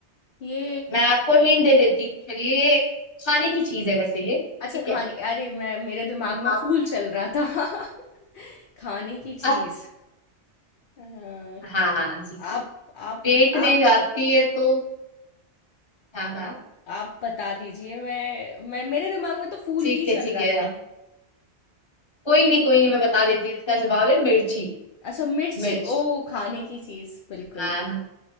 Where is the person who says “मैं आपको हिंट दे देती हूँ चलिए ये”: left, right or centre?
Left